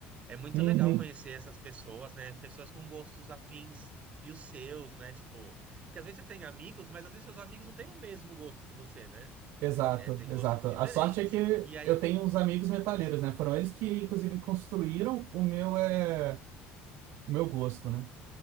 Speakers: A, on the right; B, on the right.
A: É muito
B: Uhum.
A: legal conhecer essas pessoas, né? Pessoas com gostos afins e os seus, né? Tipo, que às vezes você tem amigos, mas às vezes seus amigos não têm o mesmo gosto que você, né?
B: Exato,
A: É, tem
B: exato.
A: gostos diferentes.
B: A sorte é que
A: E aí,
B: eu tenho uns amigos metaleiros, né? Foram eles que, inclusive, construíram o meu, é, o meu gosto, né?